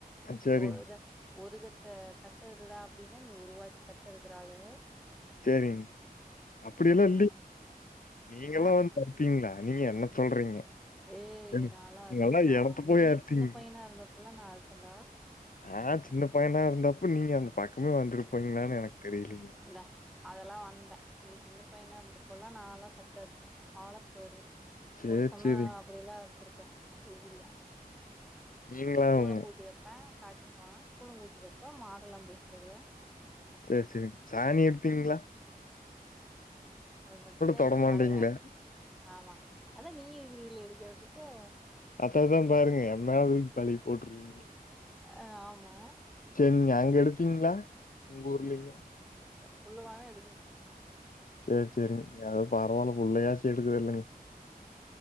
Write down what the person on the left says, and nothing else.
அ சரிங்க,
செரிங்க், அப்டியெல்லா
இல்லிங்க்.
நீங்க எல்லா
வந்து பருப்பீங்ளா? நீங்க என்ன சொல்றீங்க?
ஏங்க
நீங்கல்லாம் எடத்த
போய் அறுத்தீங்க.
ஆ சின்ன பையனா இருந்தப்ப நீங்க அந்த பக்கமே வந்துருப்பீங்களானு எனக்கு தெரியலீங்க.
சேரி
சேரிங்க.
நீங்களா
அவங்க?
சேரி சேரிங்க. சாணி எடுத்தீங்ளா?
தொடமாட்டீங்களே.
அத்ததுதா பாருங்க எம்மேலே தூக்கி பழிய போட்ரீங்க
செரி நீங்க அங்கே எடுப்பீங்ளா உங்க ஊர்லிங்க
சேர் சேரி நீ அ பரவால்ல புள்ளயாச்சி எ எடுக்குது இல்லைங்க